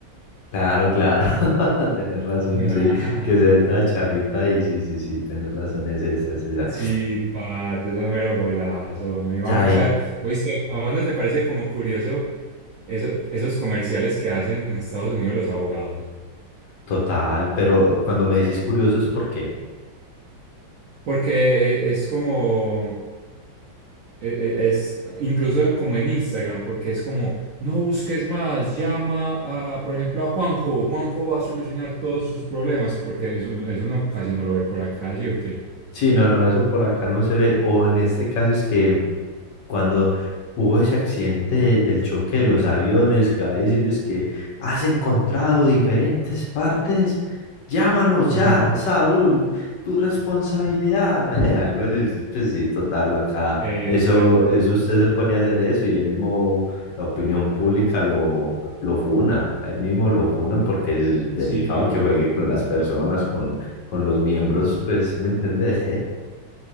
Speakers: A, on the left; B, on the right.
A: Claro, claro, <laughs> tenés razón,
B: <laughs>
A: sí, que se ve toda charrita y sí, sí, sí, tenés razón, es esa, es esa.
B: Sí, parte eso es mero golazo. A mí me va
A: Sabe,
B: a muchar. Oíste, ¿a vos no te parece como curioso eso- esos comerciales que hacen en Estados Unidos los abogados?
A: total, pero cuando me decís curioso es por qué.
B: Porque e- es, como, e- e- es incluso como en Instagram, porque es como, no busques más, llama a, por ejemplo, a Juanjo. Juanjo va a solucionar todos sus problemas, porque eso, eso no, casi no lo ve por acá, ¿sí o qué?
A: Sí, no, no, eso por acá no se ve, o en este caso es que cuando hubo ese accidente de- del choque de los aviones, que va diciendo es que has encontrado diferentes partes, llámanos
B: Ujú,
A: ya, Saúl, tu responsabilidad, <laughs> algo así, sí, pues sí, total, acá,
B: Exacto.
A: eso, eso usted se pone a hacer eso y ahí mismo la opinión pública lo... Lo funa, ahí mismo lo funan porque es delicado
B: Sí,
A: que juegue con las personas, con, con los miembros, pues, ¿sí me entendés?